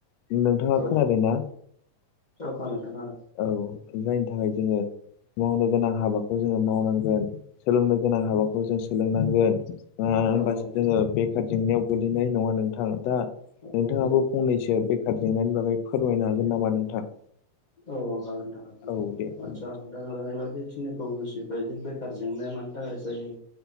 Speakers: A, on the left; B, on the left.
A: नोंथाङा
B: औ
A: खोनादों ना
B: औ खोनादों नोंथां
A: औ। जायनि थाखाय जोङो मावनो गोनां हाबाखौ जोङो मावनांगोन सोलोंनो गोनां
B: खोनादों
A: हाबाखौ जों सोलोंनांगोन ओआ होमबासो
B: औ औ
A: जोङो बेखार जेंनायाव गो लैनाय ना नोंथां दा
B: औ
A: नोंथाङाबो
B: औ औ
A: फंनैसो बे खार जेंनानि बागै फोरमायनो हागोन नामा नोंथां
B: औ हागोन नोथां हागोन
A: औ दे फोरमाय
B: आतसा दा‌ ओरैबायदि <unintelligible> खिनिखौ बुजिबाय जे बेखार जेंनाया मानि थाखाय जायो